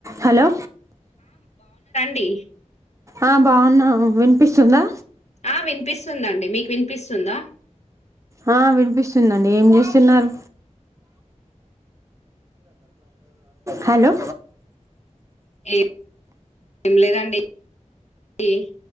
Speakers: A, on the right (about 25°); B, on the left (about 60°).
A: హలో
B: డి
A: ఆ బావున్నా వినిపిస్తుందా
B: ఆ వినిపిస్తుందండి మీకు వినిపిస్తుందా
A: ఆ వినిపిస్తుందండి ఏం చేస్తున్నారు హలో
B: ఏ ఏం లేదండి ఈ